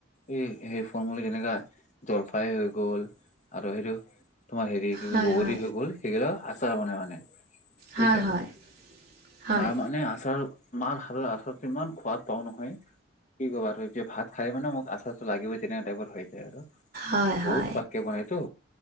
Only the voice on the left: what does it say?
এই সে ফল মূল যেনেকা জলফাই হৈ গ'ল আৰু সেইটো তোমাৰ হেৰি কি
বগৰী
হৈ গ'ল সেইগিলা আচাৰ বনাই মানে বুজিছা
মা মানে আচাৰ মাৰ হাত আচাৰ ইমান খোৱাদ পাও নহয় কি ক'ব আৰু এতিয়া ভাত খাই মানে মোক আচাটো লাগিবই তেনেকুৱা টাইপৰ হৈ যায় আৰু বহুত
খোৱাতকে বনাইতো